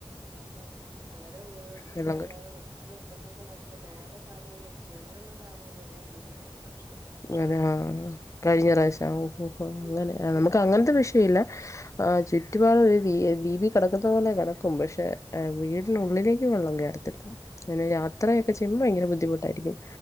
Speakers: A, on the right; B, on the left.
A: <unintelligible> അവരെ വീട്ടില്
B: വെള്ളം കേറും
A: ഓലെ വീട്ടിൻ്റെ ഉള്ള്ക്ക് ക്കൊക്കെ വന്ന് മേലെ സാധനം കഴിച്ചിട്ട് മേലള്ള സാധനം വരയാൻ മൂടിക്കഴിഞ്ഞത പക്ഷ്യം
B: അതെ ആഹ് കഴിഞ്ഞ പ്രാവശ്യം ഓഹ് ഓഹോ അങ്ങനെ
A: ഉം ഭയങ്കര
B: നമുക്ക് അങ്ങൻത്തെ
A: ബുദ്ധിമുട്ടാണ്
B: വിഷയ ഇല്ല ആഹ് ചുറ്റുപാട് ഒരു ദീ ദീപി കെടക്കുന്ന പോലെ കെടക്കും പക്ഷെ വീടിനുള്ളിലേക്ക്
A: ഉം
B: വെള്ളം കേറത്തില്ല അങ്ങനെ യാത്രയൊക്കെ
A: ഉം
B: ചെയ്യുമ്പോൾ ഭയങ്കര ബുദ്ധിമുട്ടായിരിക്കും